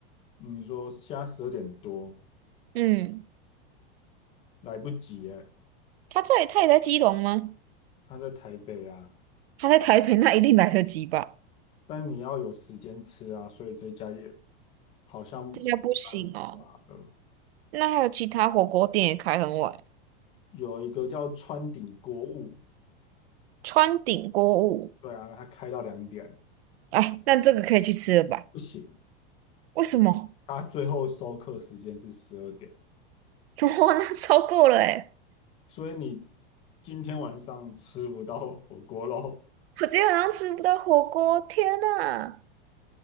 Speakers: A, on the left; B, on the right.
A: 你说现在十二点多
B: 嗯，
A: 来不及哎，
B: 他在他也在基隆吗？
A: 他在台北啊，
B: 他在台北，那一定来得及吧？
A: 但你要有时间吃啊，所以这家也好像没办法了。
B: 这家不行哦。那还有其他火锅店也开很晚，
A: 有一个叫川鼎锅物，
B: 川鼎锅物。
A: 对啊，他开到两点，
B: 哎，那这个可以去吃了吧？
A: 不行，
B: 为什么？
A: 他最后收课时间是十二点，
B: <laughs> 哇，那超过了哎！
A: 所以你今天晚上吃不到火锅喽。
B: 我今天晚上吃不到火锅，天呐！